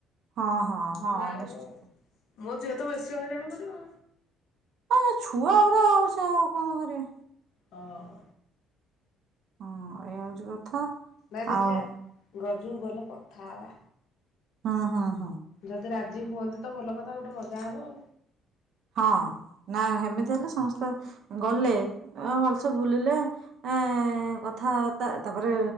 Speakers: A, on the right; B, on the left.
A: ହଁ ହଁ
B: ଛୁଆ
A: ହଁ ନିଶ୍ଚିନ୍ତ।
B: ଗୁରା ମୋ ଝିଅ ତ ବେଶୀ ହଇରାଣ କରିବ।
A: ଆ ଛୁଆ ଗୁରା ଆଉ ସେ ଆଉ କଣ କରିବେ।
B: ହଁ।
A: ହଁ ଏୟା ଏଇ କଥା
B: ନାଇଁ ଦେଖିଆ
A: ଆଉ
B: ରଜକୁ ଗଲେ କଥା ହେବା।
A: ହଁ ହଁ।
B: ଯଦି ରାଜି ଜି ହୁଅନ୍ତି ତ ଭଲ କଥା ଗୋଟେ ମଜା ହବ ଆଉ।
A: ହଁ ନା ସେମିତି ହେଲେ ସମସ୍ତେ ଗଲେ ଭଲସେ ବୁଲିଲେ ଏ କଥାବାର୍ତ୍ତା ତାପରେ